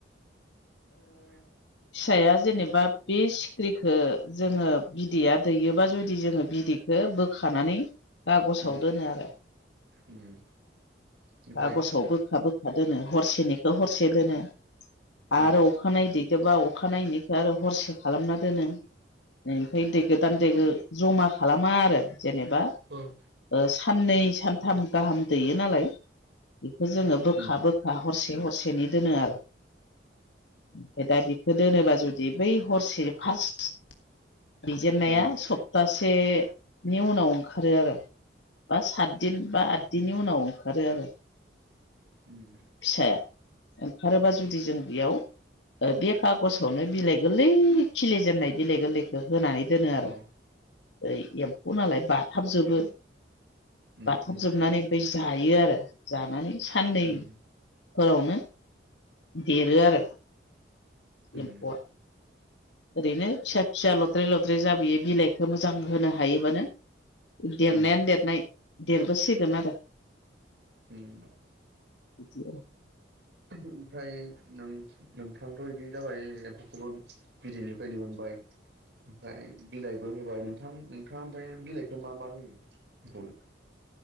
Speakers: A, on the right (about 65°); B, on the left (about 80°).
A: ओ
B: फिसाया जेनेबा बे सिख्रिखो जोङो बिदैया दैयोबा जुदि जोङो बिदै खो बोखानानै कागसाव
A: उम
B: दोनो आरो।
A: उम ओमफ्राय
B: खागसाव बोखा बोखा दोनो हरसेनिखौ हरसे दोनो। आरो
A: उम
B: अखानायै दैैदोबा अखा नायनिखो आरो हरसे खालामना दोनो। ओमफ्राय दैगोदान दैगो जमा खालामा आरो जेनेबा
A: उम
B: ओ साननै सानथाम गाहाम दैयो नालाय इखौ जोङो बोखा
A: उम
B: बोखा हरसे हरसेनि दोनो आरो ओमफ्राय दा बिखो दोनोबा जुदि बै हरसे फार्स्ट दैजेननाया
A: उम
B: सप्तासेनि उनाव ओंखारो आरो। बा सातदिन बा आददिननि
A: उम
B: उनाव ओंखारो आरो
A: उम
B: फिसाया ओंखारोबा जुदि जों बेयाव ओ बे खागजावनो बिलाइ गोलै खिलि जेननाय बिलाइ गोलैखो होनानै दोनो
A: अ
B: आर'
A: अ
B: ओइ एम्फौ नालाय बाथाबजोबो
A: उम
B: बाथाब
A: उम
B: जोबनानै ओमफ्राय जायो आरो जानानै साननै
A: उम
B: फोरावनो देरो आरो
A: उम
B: एम्फौआ ओरैनो फिसा फिसा लद्रे लद्रे जाबोयो बिलाइखौ मोजां होनो हायोबानो देरनायानो
A: उम
B: देरनाय देरबोसिगोन आरो।
A: उम
B: बिदिनो
A: ओमफ्राय नों नोंथांथ' इदि जाबाय एम्फौखोबो बिदैनिफ्राय दिहुनबाय ओमफ्राय बिलाइबो होबाय नोंथां नोंथाङा ओमफ्राय बिलाइखौ मा मा होयो एम्फौनो